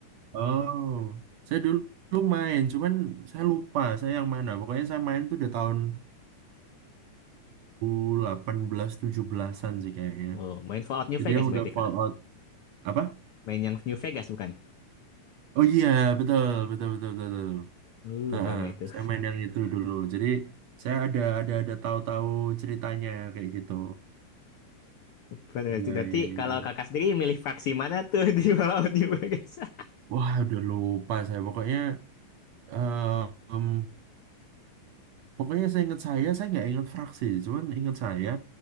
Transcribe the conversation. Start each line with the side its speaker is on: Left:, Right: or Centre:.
Right: Oh, saya dulu, dulu main, cuman saya lupa saya yang mana. Pokoknya saya main tuh udah tahun 2018 17-an sih kayaknya.
Left: Oh, main Fallout New
Right: Jadi
Left: Vegas
Right: yang
Left: berarti
Right: udah
Left: Kak.
Right: Fallout apa?
Left: Main yang New Vegas bukan?
Right: Oh iya, betul, betul, betul, betul, betul.
Left: Uh,
Right: Heeh,
Left: rame itu.
Right: Saya main yang itu dulu. Jadi saya ada ada ada tahu-tahu ceritanya kayak gitu.
Left: Berarti,
Right: Iya,
Left: berarti
Right: iya, iya.
Left: kalau kakak sendiri milih fraksi mana tuh di Walau di Bagasa?
Right: Wah, udah lupa saya. Pokoknya, eh, em, pokoknya saya ingat saya, saya nggak ingat fraksi. Cuman ingat saya,